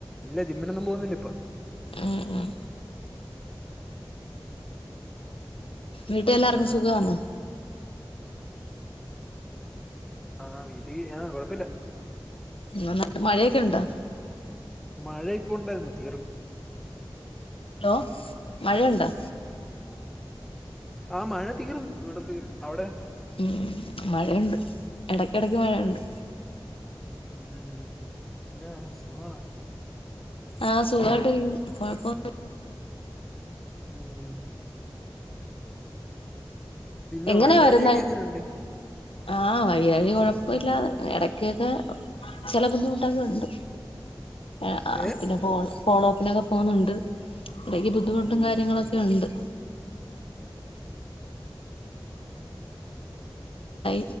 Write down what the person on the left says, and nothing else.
ഉം ഉം വീട്ടി എല്ലാർക്കും
സുഖവാന്നോ?
നിങ്ങടെ നാട്ടി മഴയൊക്കെയൊണ്ടോ?
ഹലോ മഴണ്ടോ?
<inaudible> മഴണ്ട് എടക്കെടക്ക് മഴയൊണ്ട്.
ആ സുഖായിട്ടിരിക്കുന്നു കൊഴപ്പൊന്നുല്ല.
എങ്ങനെയാ
വരുന്നേ
ആഹ് വയ്യാഴിക കുഴപ്പുല്ല എടക്കൊക്കെ ചെല ബുദ്ധിമുട്ടൊക്കെ ഉണ്ട് ആഹ് ആഹ്
പിന്നെ പോ ഫോളോപ്പിനൊക്കെ പോകുന്നുണ്ട്. എടക്ക് ബുദ്ധിമുട്ടും
കാര്യങ്ങളൊക്കെ ഉണ്ട്. കൈ